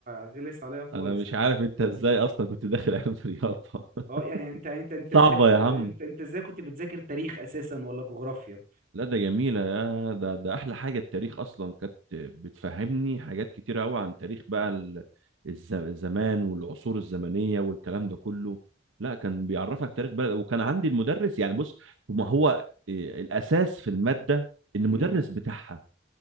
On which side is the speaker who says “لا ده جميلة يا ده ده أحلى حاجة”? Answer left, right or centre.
Right